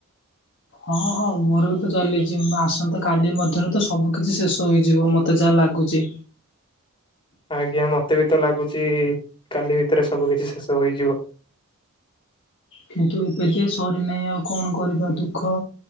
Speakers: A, on the left (about 55°); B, on the left (about 25°).
A: ହଁ ହଁ ମୋର ବି ତ ଚାଲିଛି ମୁଁ ଆସନ୍ତା କାଲି ମଧ୍ୟରୁ ତ ସବୁ କିିଛି ଶେଷ ହୋଇଯିବ ମତେ ଯାହା ଲାଗୁଛି।
B: ଆଜ୍ଞା ମତେ ବି ତ ଲାଗୁଛି କାଲି ଭିତରେ ସବୁ କିଛି ଶେଷ ହେଇଯିବ।
A: କିନ୍ତୁ ଏବେ ଯେ ସରିନାହିଁ ଆଉ କଣ କରିବା ଦୁଃଖ।